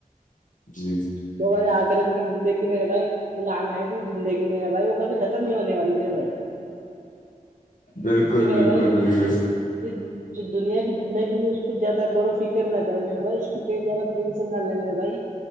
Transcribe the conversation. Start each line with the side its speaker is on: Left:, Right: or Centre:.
Left: جی
Right: تو مے آخرت کی زندگی میرے بھائی لامحد زندگی میرے بھائی وہ کبھی ختم نہیں ہونے والی میرے بھائی
Left: بالکل
Right: اس لیے میرا
Left: بالکل
Right: بھائی
Left: بالکل
Right: جو دنیا کی زندگی اس کو زیادہغور و فکر نہ کرے میرے بھائی اسئییادہینشن نہ لاے بھائی